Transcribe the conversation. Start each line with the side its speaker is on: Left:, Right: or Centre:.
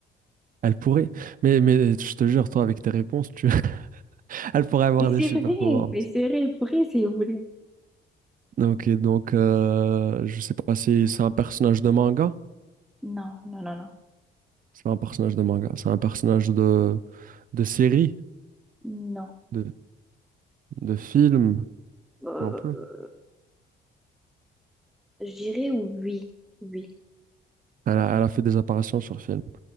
Right: Elle pourrait, mais mais je te jure, toi avec tes réponses, tu, <laughs> elle pourrait avoir
Centre: Mais
Right: des
Centre: c'est
Right: super
Centre: vrai,
Right: pouvoirs.
Centre: mais c'est vrai, elle pourrait si elle voulait.
Right: Ok, donc euh, je sais pas si c'est un personnage de manga.
Centre: Non, non, non, non,
Right: C'est pas un personnage de manga, c'est un personnage de de série,
Centre: non.
Right: de de film
Centre: Euh,
Right: non plus.
Centre: je dirais oui, oui,
Right: Elle a, elle a fait des apparitions sur film.